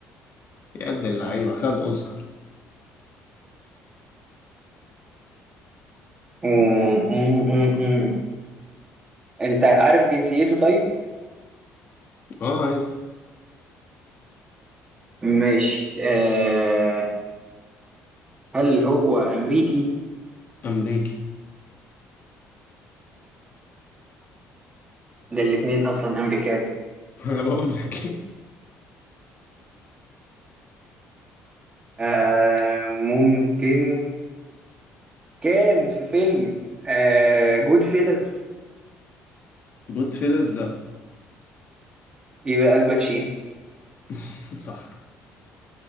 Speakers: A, on the left (about 45°); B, on the right (about 20°).
A: يا ابن اللعيبة خد اوسكار
B: أمم، أمم، أمم. انت عارف جنسيته طيب
A: اه عادي
B: ماشي آه هل هو امريكي
A: امريكي
B: ده الاتنين اصلا امريكان
A: <laughs> انا بقول لك
B: آه ممكن كان في فيلم آه جود فيلز
A: <laughs> جود فيلز لا
B: يبقى الباتشينو
A: <laughs> صح